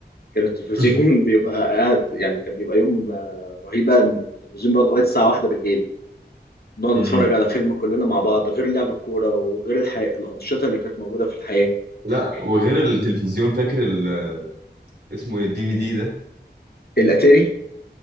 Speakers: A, on the left; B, on the right.
A: كان التلفزيون
B: <laughs>
A: <laughs> بيبقى قاعد يعني كان بيبقى يوم آه، رهيب بقى التلفزيون بقى لغايه الساعه واحدة بالليل نقعد
B: امم
A: نتفرج على فيلم كلنا مع بعض غير لعب الكوره وغير الحي... الانشطه اللي كانت موجوده في الحياه
B: لا وغير التلفزيون فاكر ال- اسمه ايه الدي في دي ده
A: الاتاري